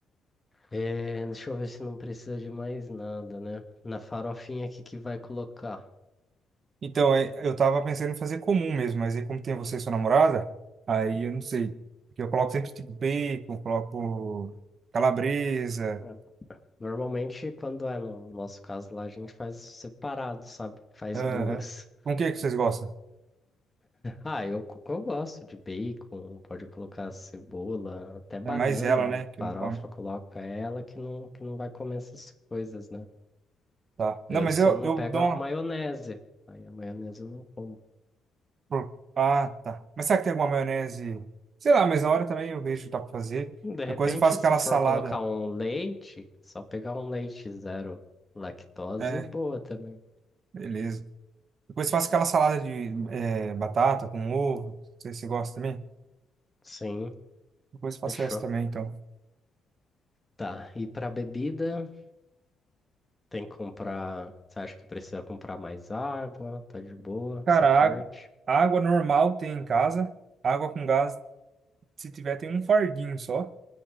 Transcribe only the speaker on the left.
É, deixa eu ver se não precisa de mais nada, né? Na farofinha aqui que vai colocar.
É, Normalmente, quando é no nosso caso lá, a gente faz separado, sabe? Faz
duas.
Ah, eu, co- eu gosto de bacon, pode colocar cebola, até banana
em
farofa,
coloca ela que não, que não vai comer essas coisas, né?
Eu
só
não
pego
a
maionese, aí a maionese eu não como.
De repente,
se
for
colocar um leite, só pegar um leite zero lactose,
boa também.
Sim,
fechou.
Tá, e pra bebida, tem que comprar. Você acha que precisa comprar mais água? Tá de boa
essa parte?